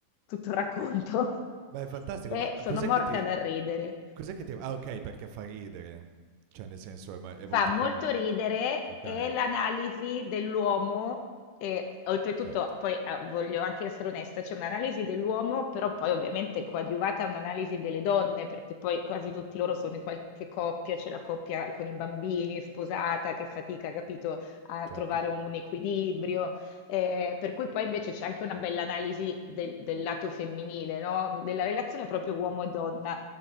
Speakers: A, on the left; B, on the right.
A: tutto il racconto
B: Ma è fantastico,
A: <laughs> e
B: ma
A: sono
B: cos'è
A: morta
B: che ti
A: dal ridere.
B: cos'è che ti ah okay, perché fa ridere. Cioè nel senso è ma è molto
A: Fa molto
B: comico.
A: ridere
B: Okay,
A: e l'analisi dell'uomo, e oltretutto,
B: certo,
A: poi ah, voglio anche essere onesta, c'è un'analisi dell'uomo, però poi ovviamente coadiuvata a un'analisi delle donne, perché poi quasi tutti loro sono in qualche coppia, c'è la coppia con i bambini, sposata, che fatica, capito, a
B: certo,
A: trovare un, un equilibrio. eh, per cui poi invece c'è anche una bella analisi del, del lato femminile, no? Della relazione proprio uomo e donna